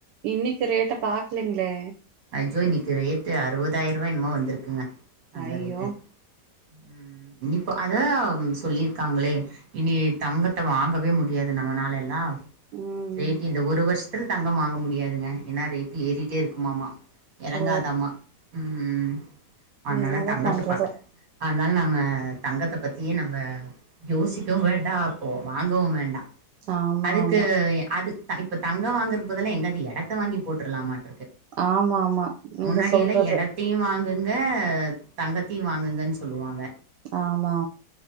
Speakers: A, on the right; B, on the right.
A: இன்னைக்கி ரேட்ட பாக்கலைங்களே
B: அஜ்ஜோ இன்னைக்கு ரேட்டு அறுபதாயி ரூபாய் என்னமோ வந்திருக்குங்க தங்க
A: ஐயோ
B: ரேட்டு ம் இனிப்ப அதா சொல்லியிருக்காங்களே இனி தங்கத்தை வாங்கவே முடியாது நம்மனால எல்லாம்
A: ம்
B: ரேட்டு இந்த ஒரு வருஷத் தில் தங்கம் வாங்க முடியாதுங்க ஏன்னா ரேட்டு ஏறிகிட்டே இருக்குமாம் எறங்காதாமா
A: ஓ
B: ம் ம் அதனால
A: என்னதா
B: தங்கத்த
A: பண்றது
B: பாக் அதனால நம்ம தங்கத்தை பத்தியே நம்ம யோசிக்கவும் வேண்டாம் ப்போ வாங்கவும் வேண்டாம்
A: ஆமா
B: அதுக்கு
A: ஆமா
B: அது இப்ப தங்க வாங்கறக் பதுலா எங்காவது எடத்த வாங்கி போட்டுறலாமாட்
A: ஆமா ஆமா நீங்க
B: முன்னாடி
A: சொல்றது
B: எல்லாம் இடத்தையும் வாங்கு இங்கே தங்கத்தையும் வாங்குங்கன்னு சொல்லுவாங்க
A: ஆமா